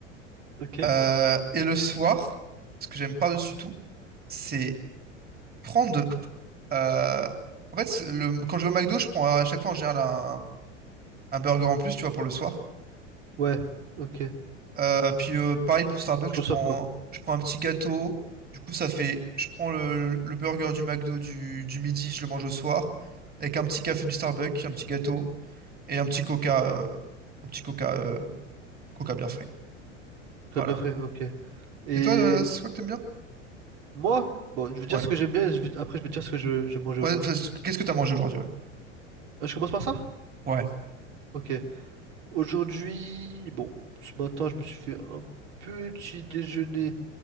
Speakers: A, on the right; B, on the right.
A: ok.
B: Euh, et le soir, ce que j'aime par-dessus tout, c'est prendre. euh, en fait, c'est le, quand je vais au McDo, je prends à chaque fois en général un, un burger en plus, tu vois, pour le soir.
A: Ouais, ok.
B: Euh, puis euh, pareil pour Starbucks,
A: Je consomme
B: je prends,
A: quoi?
B: je prends un petit gâteau. Du coup, ça fait. Je prends le, le burger du McDo du, du midi, je le mange au soir, avec un petit café du Starbucks, un petit gâteau et un petit coca, euh, un petit coca, euh, coca bien frais.
A: Comme
B: Voilà.
A: bien fait, ok. Et
B: Et toi, euh, c'est quoi que t'aimes bien?
A: moi, bon, je vais dire
B: Ouais.
A: ce que j'aime bien, et je vais- après je vais dire ce que je, je vais manger
B: Ouais,
A: aujourd'hui.
B: enfin, c- Qu'est-ce que t'as mangé aujourd'hui, ouais.
A: Ah, Je commence par ça?
B: Ouais.
A: Ok. Aujourd'hui, bon, ce matin, je me suis fait un petit déjeuner.